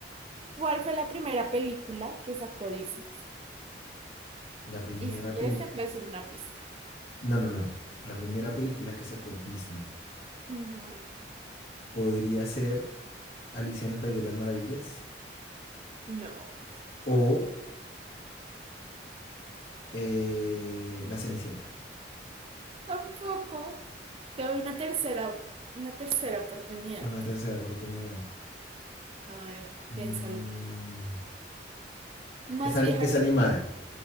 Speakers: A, on the right (about 30°); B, on the left (about 75°).
A: ¿cuál fue la primera película que sacó Disney?
B: La primera
A: Y si quieres
B: película.
A: te puedo decir una pista.
B: No, no, no. La primera película que sacó Disney
A: Ujú.
B: podría ser Alicia en el País de las Maravillas
A: No,
B: o eh, La Cenicienta.
A: tampoco. Te doy una tercera, una tercera oportunidad.
B: Una tercera oportunidad.
A: A ver,
B: Mm.
A: piénsalo. Más
B: Es, ani-
A: vieja
B: es
A: que...
B: animada.